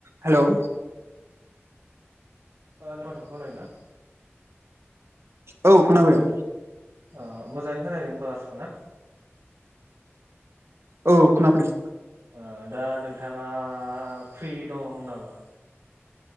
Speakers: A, on the right; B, on the right.
A: हेल'
B: आंनि माथोखौ खोनायोना?
A: औ खोना फैदों।
B: ओ मोजाङै खोनाहैदो बासखना
A: औ खोनाबोदों
B: ओ दा नोंथाङा फ्रि दं नामा?